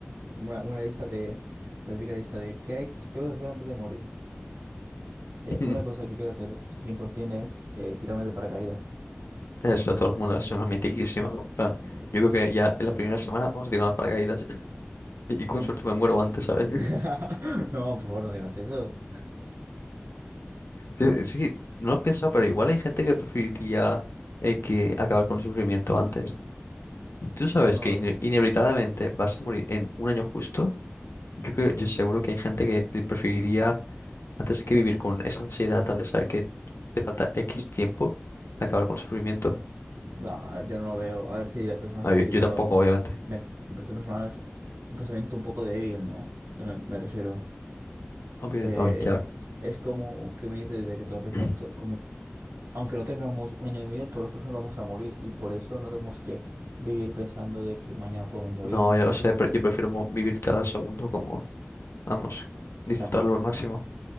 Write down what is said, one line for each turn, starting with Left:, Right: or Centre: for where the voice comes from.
Right: una, una lista de, la típica lista de qué hay, qué tengo que hacer antes de morir. Que
Left: <laughs>
Right: una cosa que quiero hacer 100% es eh, tirarme de paracaídas.
Left: Eso, todo el mundo es una mitiquísima. En plan,
Right: Muy mi vida.
Left: yo creo que ya en la primera semana vamos a tirar las paracaídas. <laughs> Y,
Right: Sería
Left: y con suerte
Right: increíble.
Left: me muero antes, ¿sabes?
Right: <laughs> No, por favor, no digas eso.
Left: Sí, sí, no lo he pensado, pero igual hay gente que preferiría eh, que acabar con el sufrimiento antes. Si tú sabes
Right: Yo no
Left: que
Right: lo veo.
Left: ine- inevitablemente vas a morir en un año justo, yo creo, yo seguro que hay gente que pre- preferiría, antes que vivir con esa ansiedad al de saber que te falta X tiempo, acabar con el sufrimiento.
Right: No, yo no lo veo. A ver si hay personas
Left: Ah,
Right: que
Left: yo,
Right: sí,
Left: yo
Right: pero
Left: tampoco, obviamente.
Right: me, me parece personal es un pensamiento un poco débil, ¿no? O sea, me, me refiero.
Left: Obvio-
Right: eh,
Left: oh, ya.
Right: es como que me dices de que todas las personas,
Left: <clears throat>
Right: to- como, aunque no tengamos un año de vida, todas las personas vamos a morir y por eso no tenemos que vivir pensando de que mañana podemos morirnos.
Left: No, ya lo sé, pero yo prefiero mo- vivir cada segundo como, vamos, disfrutarlo
Right: Exacto.
Left: al máximo.